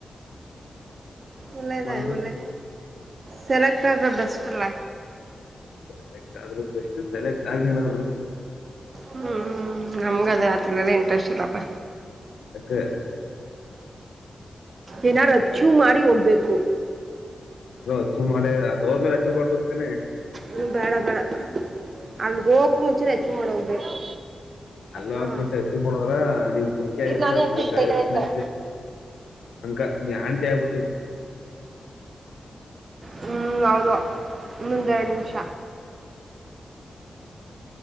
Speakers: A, on the right; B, on the left.
A: ಒಳ್ಳೆದ
B: ಮಾಡ್ಬೇಕು
A: ಒಳ್ಳೆ ಸೆಲೆಕ್ಟ್ ಆದ್ರೆ ಬೆಸ್ಟ್ ಅಲ್ಲ.
B: ಸೆಲೆಕ್ಟ್ ಆದ್ರೂ ಬೆಸ್ಟ್ ಸೆಲೆಕ್ಟ್ ಆಗಿಲ್ಲಾ.
A: ಹ್ಮ್ ನಮ್ಗದೇ ಅದರಲೆಲ್ಲ ಇಂಟ್ರೆಸ್ಟ್ ಇಲ್ಲಪ್ಪ.
B: <unintelligible>
A: ಏನಾರು ಅಚೀವ್ ಮಾಡಿ ಹೋಗ್ಬೇಕು.
B: ಅದು ಅಚೀವ್ ಮಾಡೇ ಅಲ್ಲೊದ್ ಮೇಲೆ ಅಚೀವ್ ಮಾಡ್ಬೋದ ತಾನೆ.
A: ಹೂ ಬೇಡ ಬೇಡ ಅಲ್ಲಿ ಹೋಗೊಕು ಮುಂಚೆನೇ ಅಚೀವ್ ಮಾಡ ಹೋಗ್ಬೇಕು.
B: ಅಲ್ಲ
A: ಹಾ
B: ಹೋಗೋಕೆ ಮುಂಚೆ ಅಚೀವ್ ಮಾಡೋದ್ರೆ ನೀವ್ ಮುದುಕಿ ಆಗಿರ್ತೀರ
A: ನಾನೇ
B: ನಾನು
A: ಹಾಕ್ತೀನಿ
B: ಮುದುಕ
A: ಕೈ
B: ಆಗಿರುತ್ತೇನಷ್ಟೇ.
A: ತೊಳಿತಾರೆ
B: ಅಂಕ ನೀ ಆಂಟಿಯಗ್.
A: ಹೂ ಹೌದು. ಒಂದೆರಡು ನಿಮಿಷ.